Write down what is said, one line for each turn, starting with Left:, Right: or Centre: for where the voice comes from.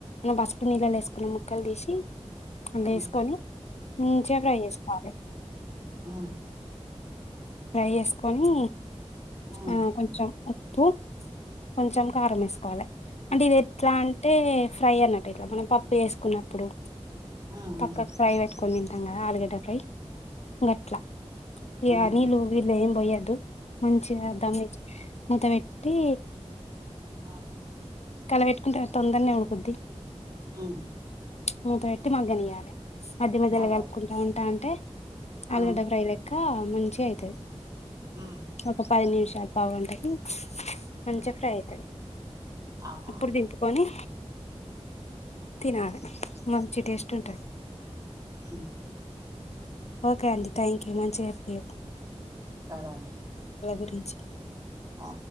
Left: పసుపు నీళ్ళలో వేసుకున్న ముక్కలు తీసి అందులో
Right: మ్మ్
Left: వేసుకొని మంచిగా ఫ్రై చేసుకోవాలి
Right: హ్మ్
Left: ఫ్రై చేసుకొని
Right: మ్మ్
Left: ఆ కొంచెం ఉప్పు కొంచెం కారం వేసుకోవాలి అంటే ఇది ఎట్లా అంటే ఫ్రై అన్నట్టు ఇట్లా మనం పప్పు చేసుకున్నప్పుడు
Right: మ్మ్
Left: పక్కకు ఫ్రై పెట్టుకుని తింటాం కదా ఆలుగడ్డ ఫ్రై గట్లా అనీళ్ళుగిళ్ళు
Right: మ్మ్ మ్మ్
Left: ఏం పోయ్యోద్దు మంచిగా దానిమీద మూత పెట్టి
Right: ఆ
Left: కలావేట్టుకుంటే తొందరనే ఉడుకుద్ది
Right: హ్మ్
Left: మూత వెట్టి మగ్గనియ్వాలి మధ్య మధ్యలో
Right: అదే
Left: కలుపుకుంట
Right: అదే
Left: ఉంటా ఉంటే
Right: ఆ
Left: అలుగడ్డ ఫ్రైలెక్క మంచిగా అయితది
Right: మ్మ్
Left: ఒక పది నిమిషాలు పాగుంటకి మంచిగా
Right: మ్మ్
Left: ఫ్రై అయితది
Right: అవునా
Left: ఇప్పుడు దింపుకొని తినాలె మంచి టేస్ట్ ఉంటది
Right: సరే
Left: ఓకే అండి థ్యాంక్ యూ మంచిగా చెప్పియు
Right: సరే అండి
Left: గురించి
Right: ఆ